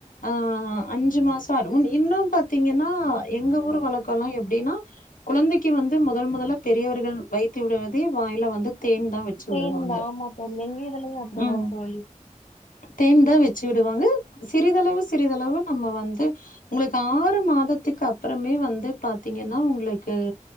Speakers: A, on the left; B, on the left.
A: ஆ அஞ்சு மாச பார் இன்னும் பாத்தீங்கன்னா எங்க ஊர் வழக்கோல்லா எப்டினா குழந்தைக்கு வந்து முதல் முதல பெரியவர்கள் வைத்து விடுவதே வாயில வந்து தேன் தா வச்சி
B: தேன்
A: விடுவாங்க
B: ஆமா தோழி எங்க இதுலயு அப்படிதா
A: ம்
B: தோழி
A: தேன் தா வ ச்சி விடுவாங்க சிறிதளவு சிறிதளவு நம்ம வந்து உங்களுக்கு ஆறு மாதத்துக்கு அப்பறமே வந்து பாத்தீங்கன்னா உங்களுக்கு